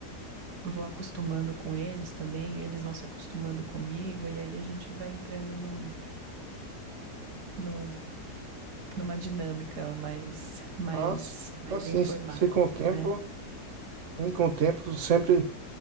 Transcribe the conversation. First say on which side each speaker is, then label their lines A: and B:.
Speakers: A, on the right; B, on the right.
A: vou acostumando com eles também, eles vão se acostumando comigo e aí a gente vai entrando num num numa dinâmica mais, mais,
B: Assim,
A: mais
B: assim,
A: informal,
B: se com
A: assim,
B: o tempo,
A: né?
B: em com o tempo sempre